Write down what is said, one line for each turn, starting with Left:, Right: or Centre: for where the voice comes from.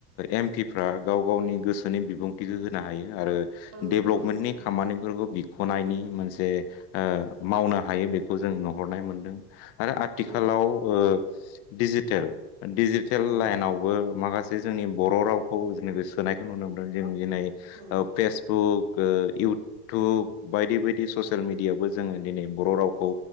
Left: एम पिफ्रा गाव गावनि गोसोनि बिबुंथिखौ होनो हायो आरो
Right: औ
Left: डेभ्लपमेन्टनि
Right: औ नंगौ
Left: खामानिफोरखौ बिख'नायनि मोनसे ओ मावनो हायो बेखौ जों नुहरनाय मोनदों आरो आथिखालाव
Right: औ
Left: ओ दिडिजिटेल दिडिजिटेल
Right: औ
Left: लाइनावबो माखासे जोंनि बर' रावखौ जोंनि बे सोनायखौ नुनो मोनदों जों दिनै
Right: औ
Left: ओ फेसबुक ओ इउटुब बायदि बायदि ससियेल मिडियआवबो जोङो दिनै बररावखौ